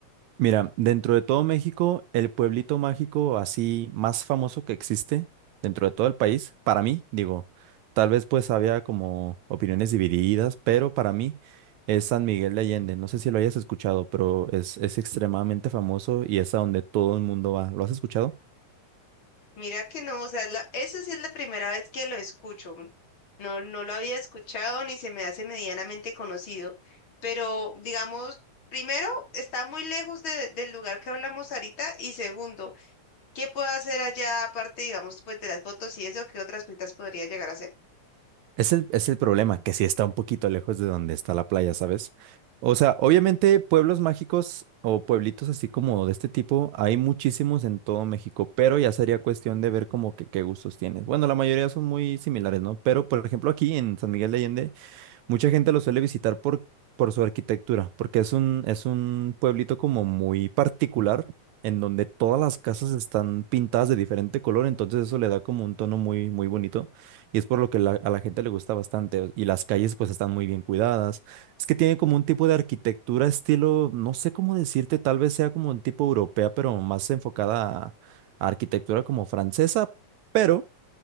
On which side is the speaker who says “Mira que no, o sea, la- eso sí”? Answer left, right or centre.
Left